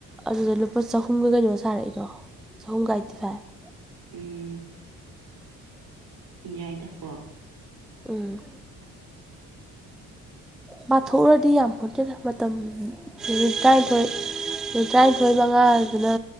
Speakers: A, in the centre; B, on the right (about 55°).
A: ꯑꯗꯨꯗ ꯂꯨꯄꯥ ꯆꯍꯨꯝꯒ ꯀꯩꯅꯣ ꯁꯥꯔꯛꯏꯗꯣ ꯆꯍꯨꯝꯒ ꯑꯩꯥꯏꯠꯇꯤ ꯐꯥꯏꯚ
B: ꯎꯝ ꯌꯥꯏꯗ ꯀꯣ
A: ꯎꯝ ꯄꯥꯊꯣꯛꯎꯔꯗꯤ ꯌꯥꯝꯄꯣꯠꯇꯦꯗ ꯃꯇꯝ ꯃꯤꯅꯤꯠ ꯇ꯭ꯔꯥꯅꯤꯊꯣꯏ ꯃꯤꯅꯤꯠ ꯇ꯭ꯔꯥꯅꯤꯊꯣꯏ ꯃꯉꯥꯗꯨꯅ